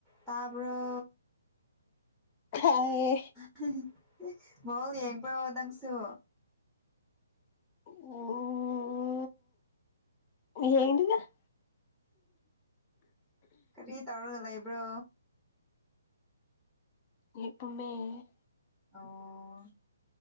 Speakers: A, in the centre; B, on the left.
A: ꯇꯕ꯭ꯔꯣ
B: ꯈꯥꯏꯌꯦ
A: <unintelligible> ꯔꯣ ꯅꯪꯁꯨ
B: ꯑꯣ <unintelligible>
A: ꯀꯔꯤ ꯇꯧꯔꯒ ꯂꯩꯕ꯭ꯔꯣ
B: <unintelligible>
A: ꯑꯣ